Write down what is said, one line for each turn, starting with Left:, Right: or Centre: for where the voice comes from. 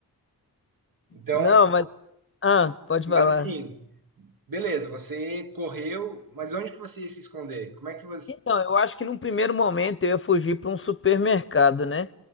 Right: Então,
Left: Não, mas. Ah, pode
Right: mas
Left: falar.
Right: assim, beleza, você correu, mas onde que você ia se esconder? Como é que você.
Left: Então, eu acho que num primeiro momento eu ia fugir para um supermercado, né?